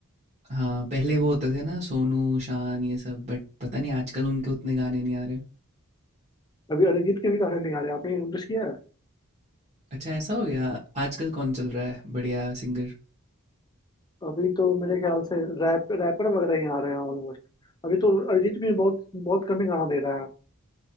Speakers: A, on the right; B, on the left.
A: हाँ पहले वो होते थे ना सोनू शान ये सब बट पता नहीं आजकल उनके उतने गाने नहीं आ रहे
B: अभी अरिजीत के भी गाने नहीं आ रहे आपने नोटिस किया है
A: अच्छा ऐसा हो गया आजकल कौन चल रहा है बढ़िया सिंगर
B: अभी तो मेरे ख्याल से रैप रैपर वगैरह ही आ रहे हैं ऑलमोस्ट अभी तो अरिजीत भी बहुत बहुत कम ही गाना दे रहा है